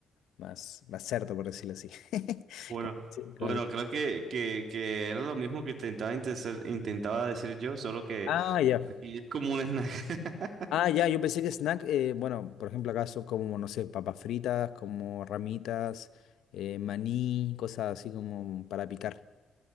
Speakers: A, on the left; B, on the right.
A: más, más cerdo, por decirlo así. <laughs>
B: Bueno,
A: Como- sí,
B: bueno,
A: como-
B: creo que, que, que era lo mismo que intentaba, inteser- intentaba decir yo, solo que
A: ah, ya.
B: aquí es como un snack. <laughs>
A: Ah, ya, yo pensé que snack, eh, bueno, por ejemplo, acá son como, no sé, papas fritas, como ramitas, eh, maní, cosas así como para picar,